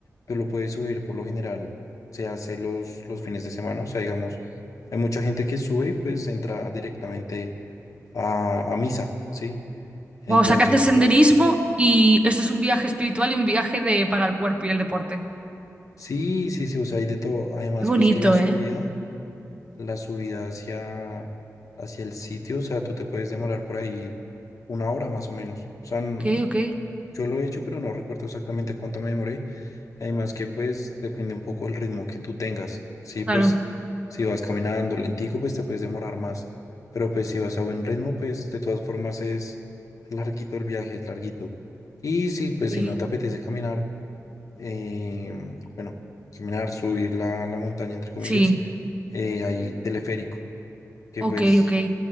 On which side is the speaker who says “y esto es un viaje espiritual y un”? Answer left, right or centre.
Right